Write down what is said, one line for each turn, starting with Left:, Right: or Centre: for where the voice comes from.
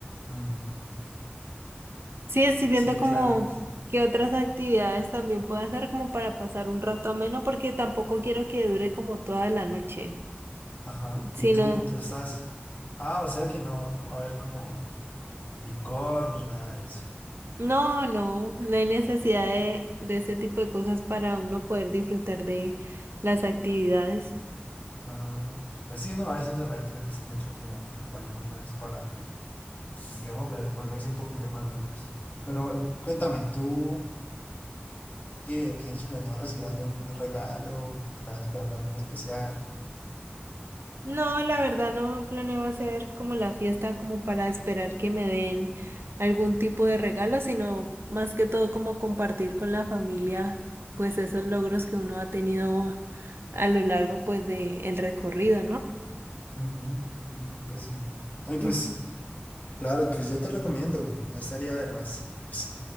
Left: mm,
Right: Sí, estoy viendo
Left: Sí,
Right: como
Left: claro.
Right: qué otras actividades también puedo hacer como para pasar un rato ameno, porque tampoco quiero que dure como toda la noche,
Left: Ajá.
Right: sino
Left: Y tú, tú estás. Ah, o sea que no, no va a haber como licor ni nada de eso.
Right: No, no, no hay necesidad de, de ese tipo de cosas para uno poder disfrutar de las actividades.
Left: Ah, pues sí, no, a veces a la gente le cuesta mucho como acompañarlo con eso para, digamos, volver- volverse un poquito más locos. Pero eh, cuéntame, ¿tú qué tienes planeado recibir algún regalo? ¿Estás esperando algo en especial?
Right: No, la verdad no planeo hacer como la fiesta como para esperar que me den algún tipo de regalo, sino más que todo como compartir con la familia pues esos logros que uno ha tenido a lo largo pues de el recorrido, ¿no?
Left: Ujú, mm, Pues sí. Ay, pues
Right: Mm,
Left: claro, pues yo te recomiendo, no estaría de más, pues